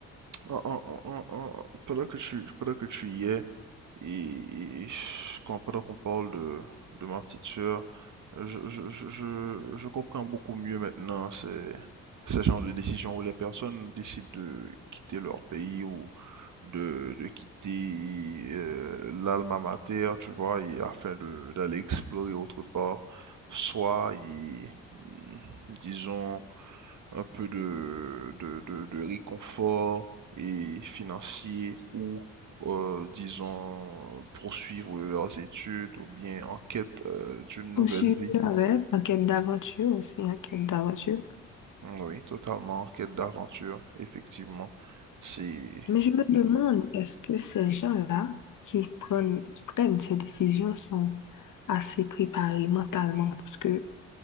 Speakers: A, on the right; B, on the left.
A: en- en- en- en- en- pendant que tu, pendant que tu y es, Et, et quand, pendant qu'on parle de, de ma petite sœur, je, je, je, je- je comprends beaucoup mieux maintenant ces, ces genre de décisions où les personnes décident de quitter leur pays ou de, de quitter euh, l'alma mater, tu vois, et afin de, d'aller explorer autre part, soit, et, mm, disons, un peu de, de, de- de réconfort et financier ou, euh, disons, poursuivre leurs études ou bien en quête euh, d'une nouvelle
B: Poursuivre
A: vie.
B: le rêve, en quête d'aventure aussi, en quête d'aventure.
A: Oui, totalement en quête d'aventure, effectivement. C'est
B: Mais je me demande, est-ce que ces gens-là qui prennent, qui prennent ces décisions sont assez préparés mentalement? Parce que